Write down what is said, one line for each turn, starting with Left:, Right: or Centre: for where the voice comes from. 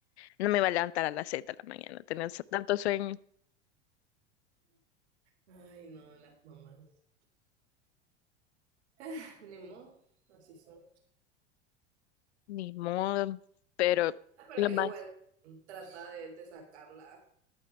Left: no me iba a levantar a las seis de la mañana, tenía tanto sueño,
Right: Ay, no, las mamás. <laughs> Ni modo, así son.
Left: ni modo, pero
Right: Ah, pero
Left: lo
Right: igual
Left: más...
Right: trata de, de sacarla.